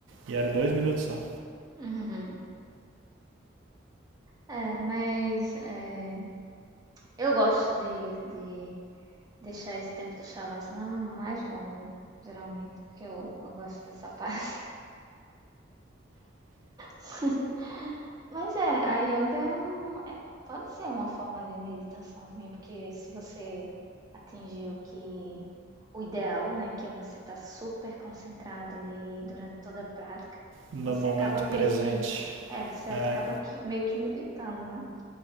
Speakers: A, on the right (about 75°); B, on the right (about 20°).
A: E era dois minutos só.
B: Uhum. É, mas é, eu gosto de, de deixar esse tempo do Shavasana mais longo, geralmente, porque eu, eu gosto dessa <laughs> parte. <laughs> Mas é, a yoga é um, é- pode ser uma forma de meditação também, porque se você atingir o que o ideal, né, que é você estar super concentrado ali durante toda a prática,
A: No
B: você
A: momento
B: acaba
A: presente.
B: meio que, é, você acaba
A: É,
B: que, meio que meditando, né?